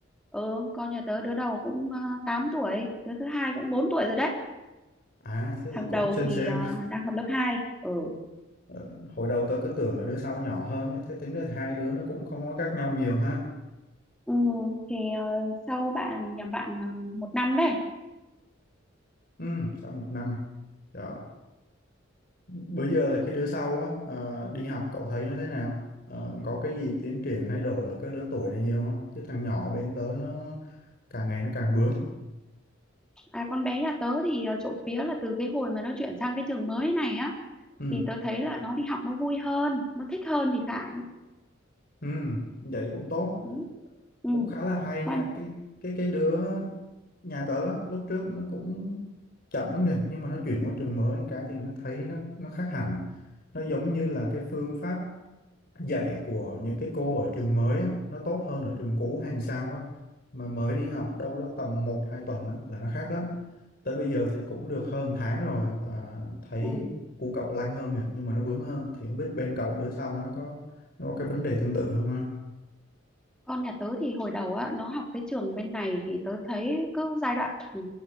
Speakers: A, in the centre; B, on the left (about 50°).
A: ừ con nhà tớ đứa đầu cũng uh, 8 tuổi đứa thứ hai cũng 4 tuổi rồi đấy
B: À, thế thì
A: thằng
B: cũng
A: đầu
B: xem
A: thì
B: xem.
A: ờ, đang học lớp 2. ừ
B: Ờ, hồi đầu tớ cứ tưởng là đứa sau nhỏ hơn nhá. Thế tính ra hai đứa nó cũng không có cách nhau nhiều ha.
A: ừ thì ờ, sau bạn nhà bạn ờ, một năm đấy
B: Ừ, sau một năm. Trời. bữa giờ là cái đứa sau á ờ, đi học cậu thấy nó thế nào Ờ, có cái gì tiến triển thay đổi ở cái lứa tuổi này nhiều không chứ thằng nhỏ bên tớ nó càng ngày nó càng bướng
A: à con bé nhà tớ thì ờ, trộm vía là từ cái hồi mà nó chuyển sang cái trường mới này á
B: ừ
A: thì tớ thấy là nó đi học nó vui hơn nó thích hơn thì phải
B: ừ vậy cũng tốt
A: đúng ừ
B: cũng khá là hay
A: quan
B: nha cái cái cái đứa nhà tớ á, lúc trước nó cũng chậm lắm kìa nhưng mà nó chuyển qua trường mới cái thì nó thấy nó nó khác hẳn nó giống như là cái phương pháp dạy của những cái cô ở trường mới á, nó tốt hơn ở trường cũ hay sao á mà mới đi học đâu đó tầm một 2 tuần á, là nó khác lắm. Tới bây giờ thì cũng được hơn tháng rồi và thấy
A: ừ
B: cu cậu lanh hơn rồi nhưng mà nó bướng hơn thì không biết bên cậu đứa sau nó có nó có cái vấn đề tương tự không ha.
A: con nhà tớ thì hồi đầu á nó học cái trường bên này thì tớ thấy cứ giai đoạn ừ,